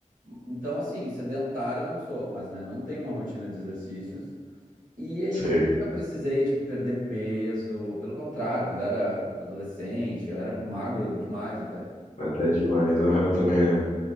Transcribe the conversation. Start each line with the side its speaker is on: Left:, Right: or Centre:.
Right: Então, assim, sedentário eu não sou, mas, né, não tenho uma rotina de exercícios. E é isso,
Left: sei.
Right: eu nunca precisei, tipo, perder peso. Pelo contrário, quando eu era adolescente, eu era magro demais até.
Left: Até demais. Aham, eu também era.